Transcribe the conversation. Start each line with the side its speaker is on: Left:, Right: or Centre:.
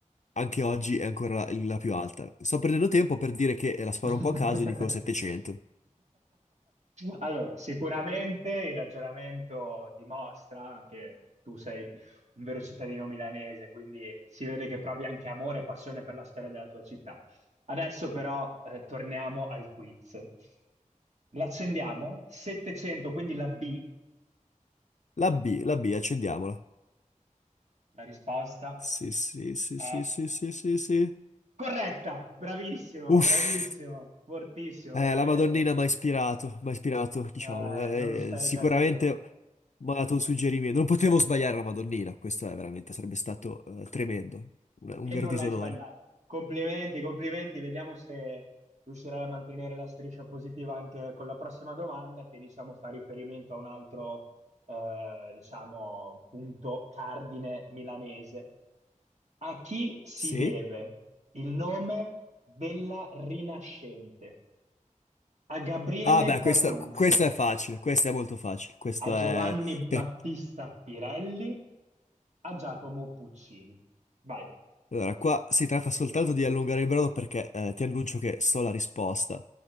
Left: anche oggi è ancora la, la più alta. Sto prendendo tempo per dire che eh, la sparo
Right: <laughs>
Left: un po' a caso e dico 700.
Right: Allora, sicuramente il ragionamento dimostra che tu sei un vero cittadino milanese, quindi si vede che provi anche amore e passione per la storia della tua città. Adesso però eh, torniamo al quiz. L'accendiamo? 700, quindi la B,
Left: La B, la B, accendiamola.
Right: la risposta
Left: Sì, sì, sì,
Right: è
Left: sì, sì, sì, sì, sì.
Right: corretta. Bravissimo,
Left: Uff.
Right: bravissimo, fortissimo,
Left: Eh,
Right: veramente.
Left: la Madonnina mi ha ispirato, mi ha ispirato, diciamo,
Right: Eh,
Left: eh,
Right: non sei
Left: eh, sicuramente
Right: caduto.
Left: mi ha dato un suggerimento. Non potevo sbagliare la Madonnina, questo è veramente, sarebbe stato eh, tremendo, un, un
Right: E
Left: vero
Right: non
Left: disonore.
Right: l'hai sbagliata. Complimenti, complimenti. Vediamo se riuscirai a mantenere la striscia positiva anche con la prossima domanda, che diciamo fa riferimento a un altro, eh, diciamo, punto cardine milanese. A chi si
Left: Sì?
Right: deve il nome della Rinascente? A Gabriele
Left: Ah, beh,
Right: D'Annunzio,
Left: questa, questa è facile, questa è molto facile, questa
Right: a Giovanni
Left: è
Right: Battista
Left: per,
Right: Pirelli, a Giacomo Puccini. Vai.
Left: Allora, qua si tratta soltanto di allungare il brodo perché eh, ti annuncio che so la risposta.